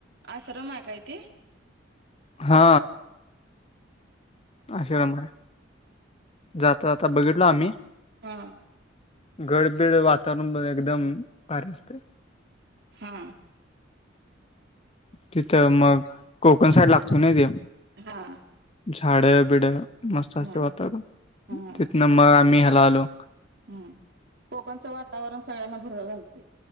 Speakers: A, on the right; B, on the left.
A: आश्रम आहे काय ते?
B: हा आश्रम हाय, जाता जाता बघितलो आम्ही.
A: हा.
B: गड-बीड वातावरण ब एकदम भारी दिसतय.
A: हा.
B: तिथ, मग कोकण साईड लागतो नाय त्यो.
A: हा
B: झाड -बिड मस्त असतय
A: हा
B: वातावरण,
A: हा
B: तिथन मग आम्ही ह्याला आलो
A: हम्म, कोकणचं वातावरण सगळ्यांना भुरळ घालतय.